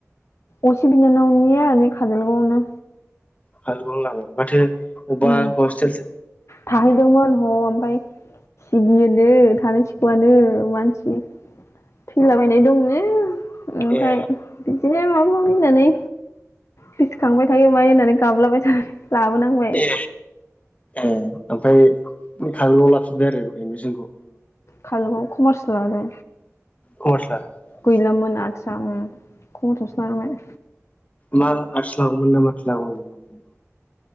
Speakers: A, on the left (about 60°); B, on the left (about 25°).
A: असे बिनानावनिया नै खाजोलगावआवनो
B: खाजालगाव आव लाबाय माथो अबा
A: उम
B: हस्टेलसो
A: थाहैदोंमोन ह ओमफाय सिगियोनो थानो सिखुआनो मानसि थैलाबायनाय दंनो ओमफाय
B: ए
A: बिदि बे माबा माबि होननानै गोसोखांबाय थायो मायो होननानै गाबलाबाय थाबाय लाबोनांबाय
B: ए ए ओमफाय खाजोलगावआव लाफिनबाय आरो एडमिसनखौ
A: खालोगाव कमार्स लादों
B: कमार्स लादों आदसा
A: गैलामोन‌ आर्टस आं कमार्स आवसो लानांबाय।
B: मा आर्टस् लागौमोनना माथो लाबावगौमोन ओमफ्राय